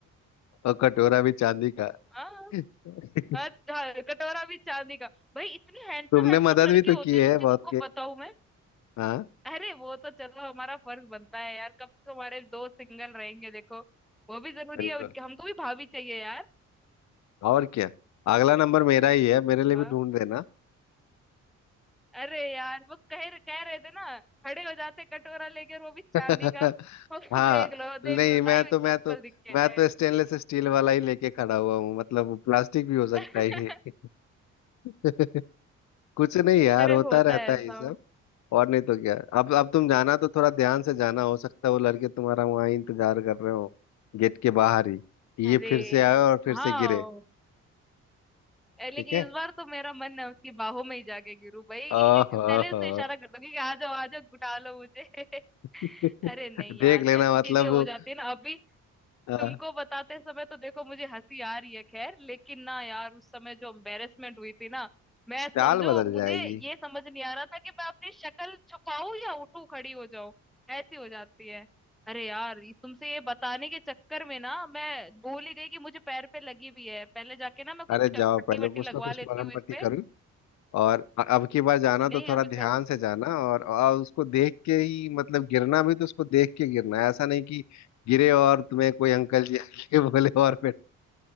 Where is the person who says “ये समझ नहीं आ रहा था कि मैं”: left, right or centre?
Centre